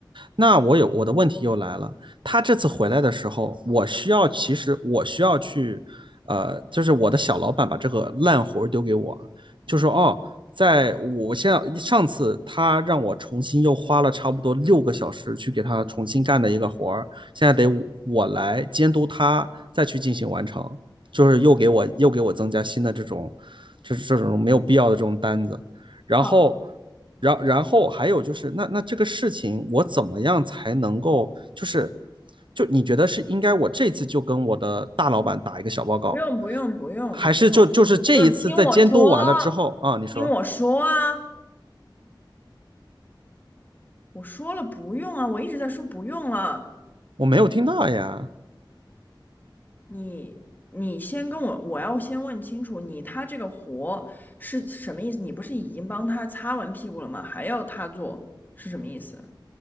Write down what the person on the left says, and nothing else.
好，
不用不用不用不用不用，
你听我说，
听我说啊。我说了不用啊，我一直在说不用了。
你你先跟我，我要先问清楚，你他这个活是什么意思？你不是已经帮他擦完屁股了吗？还要他做是什么意思？